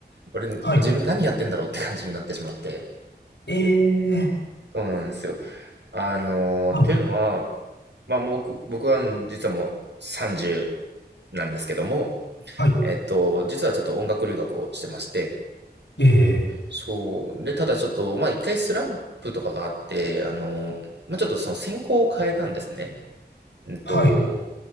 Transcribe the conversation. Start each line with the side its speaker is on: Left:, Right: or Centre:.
Right: 俺自分何やってんだろうって感じになってしまって。
Left: はい。ええ、
Right: そうなんですよ。あのー、
Left: はい、
Right: っていうのは、まあ僕、僕は実はもう30なんですけども、
Left: はい、
Right: えっと、実はちょっと音楽留学をしてまして、
Left: ええ、
Right: そう。で、ただちょっと、まあ一回スランプとかがあって、あの、まあちょっとその専攻を変えたんですね。うんと、
Left: はい、